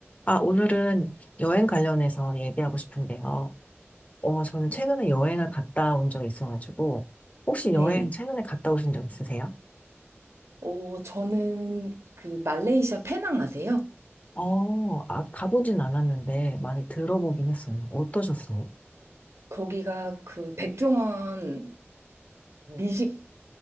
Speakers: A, on the left; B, on the right.
A: 아, 오늘은 여행 관련해서 얘기하고 싶은데요. 어, 저는 최근에 여행을 갔다 온 적이 있어가지고, 혹시
B: 네.
A: 여행 최근에 갔다 오신 적 있으세요?
B: 어, 저는 그 말레이시아 페낭 아세요?
A: 어, 아, 가보진 않았는데 많이 들어보긴 했어요. 어떠셨어요?
B: 거기가 그 백종원 미식